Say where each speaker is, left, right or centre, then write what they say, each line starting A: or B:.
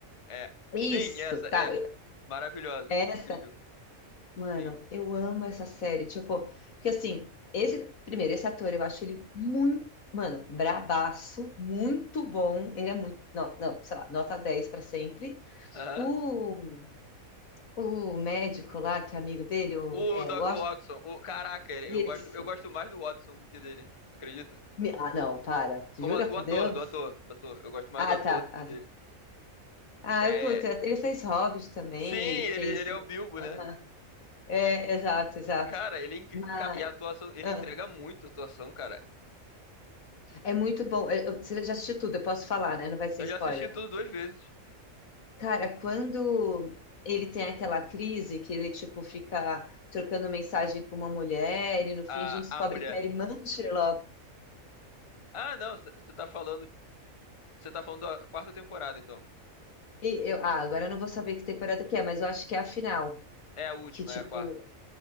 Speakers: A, on the left; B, on the left.
A: É.
B: Isso,
A: Sim, essa é
B: tá.
A: maravilhosa.
B: essa
A: Incrível.
B: Mano,
A: Sim.
B: eu amo essa série. Tipo, porque assim, esse, primeiro, esse ator, eu acho ele muito, mano, bradaço, muito bom. Ele é muito, não, não, sei lá, nota 10 pra sempre.
A: Aham.
B: O, o médico lá, que é amigo dele, o,
A: O
B: é,
A: Dr.
B: o Washington,
A: Watson. O, caraca, ele- eu
B: isso.
A: gosto, eu gosto mais do Watson do que dele. Acredita?
B: Me- Ah, não, para. Jura
A: Como a-
B: por
A: o ator,
B: Deus?
A: do ator, do ator. Eu gosto mais
B: Ah,
A: do ator
B: tá.
A: do que
B: Ah,
A: dele.
B: tá. Ah,
A: É,
B: eu curto. Ele fez Hobbit também,
A: sim, ele,
B: ele fez
A: ele
B: o...
A: é o Bilbo,
B: Aham.
A: né?
B: É, exato, exato.
A: Cara, ele é incri...
B: Mas...
A: ca- e a atuação, ele
B: ah.
A: entrega muito a atuação, cara.
B: É muito bom. É, eu- Você já assistiu tudo, eu posso falar, né? Não vai ser
A: Eu
B: spoiler.
A: já assisti tudo duas vezes.
B: Cara, quando ele tem aquela crise que ele, tipo, fica trocando mensagem com uma mulher e no fim
A: A,
B: a gente descobre
A: a mulher.
B: que é a irmã do Sherlock.
A: Ah, não, você tá falando, você tá falando da quarta temporada, então.
B: E eu, ah, agora eu não vou saber que temporada que é, mas eu acho que é a final.
A: É a última,
B: Que, tipo,
A: é a quarta.